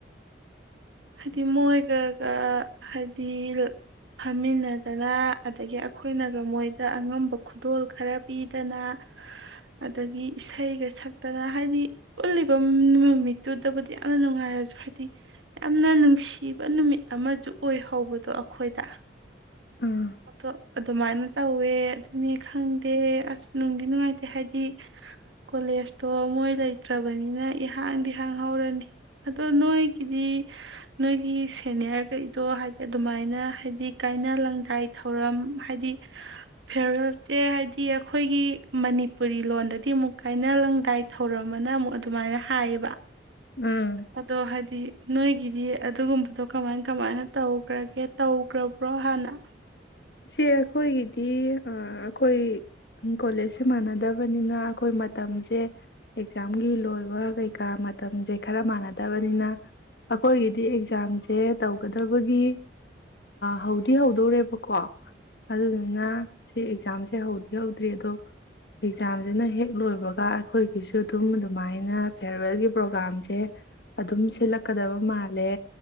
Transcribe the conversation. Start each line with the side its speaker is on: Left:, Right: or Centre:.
Right: ꯍꯥꯏꯗꯤ ꯃꯣꯏꯒꯒ ꯍꯥꯏꯗꯤ ꯐꯝꯃꯤꯟꯅꯗꯅ ꯑꯗꯒꯤ ꯑꯩꯈꯣꯏꯅꯒ ꯃꯣꯏꯗ ꯑꯉꯝꯕ ꯈꯨꯗꯣꯜ ꯈꯔ ꯄꯤꯗꯅ ꯑꯗꯒꯤ ꯏꯁꯩꯒ ꯁꯛꯇꯅ ꯍꯥꯏꯗꯤ ꯄꯨꯜꯂꯤꯕ ꯅꯨꯃꯤꯠꯇꯨꯗꯕꯨꯗꯤ ꯌꯥꯝꯅ ꯅꯨꯡꯉꯥꯏꯔꯁꯨꯗꯤ ꯍꯥꯏꯗꯤ ꯌꯥꯝꯅ ꯅꯨꯡꯁꯤꯕ ꯅꯨꯃꯤꯠ ꯑꯃꯁꯨ ꯑꯣꯏꯍꯧꯕꯗꯣ ꯑꯩꯈꯣꯏꯗ
Left: ꯑꯥ
Right: ꯑꯣ ꯑꯗꯨꯃꯥꯏꯅ ꯇꯧꯋꯦ ꯑꯗꯨꯅꯤ ꯈꯪꯗꯦ ꯑꯁ ꯅꯨꯡꯗꯤ ꯅꯨꯡꯉꯥꯏꯇꯦ ꯍꯥꯏꯗꯤ ꯀꯣꯂꯦꯖꯇꯣ ꯃꯣꯏ ꯂꯩꯇ꯭ꯔꯕꯅꯤꯅ ꯏꯍꯥꯡꯗꯤ ꯍꯥꯡ ꯍꯧꯥꯎꯔꯅꯤ ꯑꯗꯣ ꯅꯣꯏ ꯗꯤ ꯅꯣꯏꯒꯤ ꯁꯦꯅꯤꯌꯔꯈꯩꯗꯣ ꯍꯥꯏꯗꯤ ꯑꯗꯨꯃꯥꯏꯅ ꯍꯥꯏꯗꯤ ꯀꯥꯏꯅ ꯂꯪꯗꯥꯏ ꯊꯧꯔꯝ ꯍꯥꯏꯗꯤ ꯐꯦꯔꯋꯦꯜ ꯁꯦ ꯍꯥꯏꯗꯤ ꯑꯩꯈꯣꯏꯒꯤ ꯃꯅꯤꯄꯨꯔꯤ ꯂꯣꯟꯗꯗꯤ ꯑꯃꯨꯛ ꯀꯥꯏꯅ ꯂꯪꯗꯥꯏ ꯊꯧꯔꯝꯝꯕꯅ ꯑꯃꯨꯛ ꯑꯗꯨꯃꯥꯏꯅ ꯍꯥꯏꯌꯦꯕ
Left: ꯑꯥ
Right: ꯑꯗꯣ ꯍꯥꯏꯗꯤ ꯅꯣꯏꯒꯤꯗꯔ <unintelligible> ꯑꯗꯨꯒꯨꯝꯕꯗꯣ ꯀꯃꯥꯏ ꯀꯃꯥꯏꯅ ꯇꯧꯈ꯭ꯔꯒꯦ ꯇꯧꯈ꯭ꯔꯕ꯭ꯔꯣ ꯍꯥꯟꯅ
Left: ꯁꯤ ꯑꯩꯈꯣꯏꯒꯤꯗꯤ ꯑꯩꯈꯣꯏ ꯀꯣꯂꯦꯖꯁꯦ ꯃꯥꯟꯅꯗꯕꯅꯤꯅ ꯑꯩꯈꯣꯏ ꯃꯇꯝꯁꯦ ꯑꯦꯛꯖꯥꯝꯒꯤ ꯂꯣꯏꯕ ꯀꯩꯀꯥ ꯃꯇꯝꯁꯦ ꯈꯔ ꯃꯥꯟꯅꯗꯕꯅꯤꯅ ꯑꯩꯈꯣꯏꯒꯤꯗꯤ ꯑꯦꯛꯖꯥꯝꯁꯦ ꯇꯧꯒꯗꯕꯒꯤ ꯍꯧꯗꯤꯤ ꯍꯧꯗꯣꯔꯦꯕꯀꯣ ꯑꯗꯨꯗꯨꯅ ꯁꯤ ꯑꯦꯛꯖꯥꯝꯁꯦ ꯍꯧꯗꯤ ꯍꯧꯗ꯭ꯔꯤ ꯑꯗꯣ ꯑꯦꯛꯖꯥꯝꯁꯤꯅ ꯍꯦꯛ ꯂꯣꯏꯕꯒ ꯑꯩꯈꯣꯏꯒꯤꯁꯨ ꯑꯗꯨꯝ ꯑꯗꯨꯃꯥꯏꯅ ꯐꯤꯌꯔꯋꯦꯜꯒꯤ ꯄ꯭ꯔꯣꯒꯥꯝꯁꯦ ꯑꯗꯨꯝ ꯁꯤꯠꯂꯛꯀꯗꯕ ꯃꯥꯜꯂꯦ